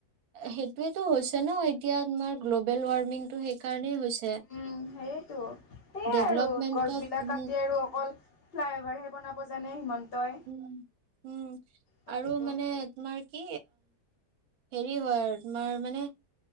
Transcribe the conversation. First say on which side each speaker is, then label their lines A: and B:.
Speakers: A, on the right; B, on the left.
A: সেইটোোৱটো হৈছে ন এতিয়া তমাৰ গ্ল'বেল ৱাৰ্মিং তটো সেইকাৰণেই হৈছে
B: উম সেইটো সেইয়াই
A: ডেভলপমেন্টত
B: আৰু গছবিলাক
A: উ
B: কাটি আৰু অকল ফ্লাইঅভাৰহে বনাব জানে হিমন্তই
A: উ
B: তাকেতো
A: আৰু মানে তোমাৰ কি হেৰি হয় আৰু তোমাৰ মানে